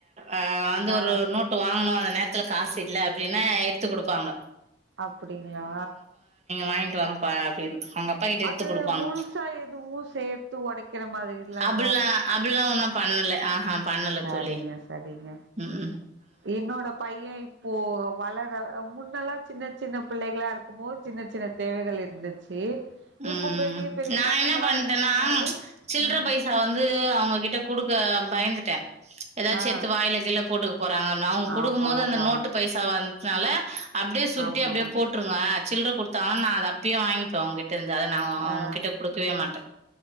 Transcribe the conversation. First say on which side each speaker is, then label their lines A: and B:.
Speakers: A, on the right; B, on the right.
A: ஆஹ வந்து
B: ஆ
A: ஒரு நோட்டு வாங்கணும் அந்த நேர இத்துல காசு இல்ல அப்படின்னா எடுத்து கொடுப்பாங்க
B: அப்படிங்களா
A: வாங்கிட்டு வாங்கப்பா" அப்படின்னு. அவங்க அப்பா கிட்ட எடுத்து
B: அது
A: குடுப்பாங்க.
B: முழுசா எதுவும் சேர்த்து உடைக்கிற மாதிரல்லாம்
A: அப்படல்லாம் அப்படல்லாம் ஒன்னும் பண்ணல ஆஹா பண்ணல
B: சரிங்க
A: தொழி
B: சரிங்க
A: உம் உம்
B: என்னோட பையன் இப்போ வளர முன்னெல்லாம் சின்ன சின்ன பிள்ளைகளாக இருக்கும் போது சின்ன சின்ன தேவைகள் இருந்துச்சு
A: உம்
B: இப்போ பெரிய பெரிய
A: நான்
B: பசங்களா
A: என்ன பண்ணட்டேன்னா
B: இருக்கும் போது
A: சில்ற
B: ம்
A: பைசா வந்து அவங்ககிட்ட கொடுக்க பயந்துட்டேன் ஏதாச்செத்து
B: ஆ
A: வாயில கீள்ள போட்டுக்க போறாங்க அவங்க கொடுக்கும்
B: ஆமா
A: போது
B: ஆமா
A: அந்த நோட்டு பைசா வந்து நால அப்படியே சுருட்டி
B: ஆமா
A: அப்படியே போட்டுருங்க சில்லற கொடுத்து நான் அத அப்பயே வாங்கிப்பே உங்கிட்ட இரு அதை நான் அவங்ககிட்ட
B: ஆ
A: கொடுக்கவே மாட்டேன்